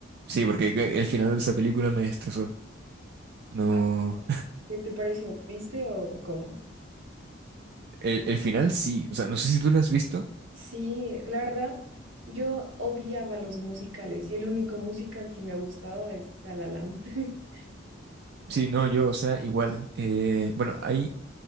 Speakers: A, on the right; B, on the right.
A: Sí, porque ca- el final de esa película me destrozó. No,
B: Ah, ¿Qué te pareció triste o, o cómo?
A: el, el final sí, o sea, no sé si tú la has visto.
B: Sí, la verdad, yo odiaba los musicales y el único musical que me ha gustado es La La Land. <laughs>
A: Sí, no, yo, o sea, igual. eh, bueno, hay,